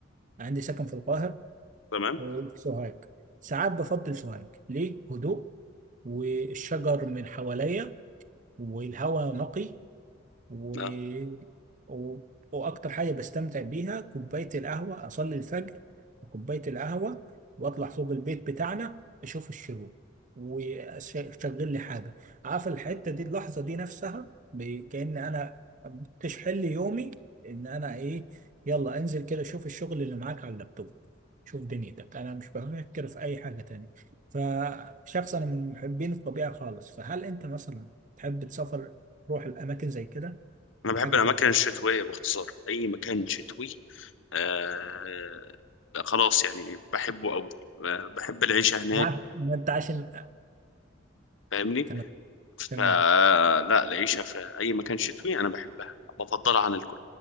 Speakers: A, on the right; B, on the left.
A: عندي سكن في القاهره
B: تمام
A: وفي سوهاج ساعات بفضل سوهاج ليه هدوء والشجر من حواليا والهواء نقي و...
B: أه
A: و... واكتر حاجه بستمتع بيها كوبايه القهوه اصلي الفجر وكوبايه القهوه واطلع فوق البيت بتاعنا اشوف الشروق واشغل لي حاجه عارف الحته دي اللحظه دي نفسها ب- كأن انا بتشحن لي يومي ان انا ايه يلا انزل كده شوف الشغل اللي معاك على اللابتوب شوف دنيتك انا مش بفكر في اي حاجه تانية فشخص انا من محبين الطبيعه خالص فهل انت مثلا تحب تسافر تروح الاماكن زي كده
B: أنا بحب
A: حاجة
B: الأماكن
A: في
B: الشتوية باختصار أي مكان شتوي آه خلاص يعني بحبه أوي آه، بحب العيشة هناك
A: 12 مادة <laughs> عشان
B: فاهمني
A: تمام تمام
B: فلا العيشة في أي مكان شتوي أنا بحبها بفضلها عن الكل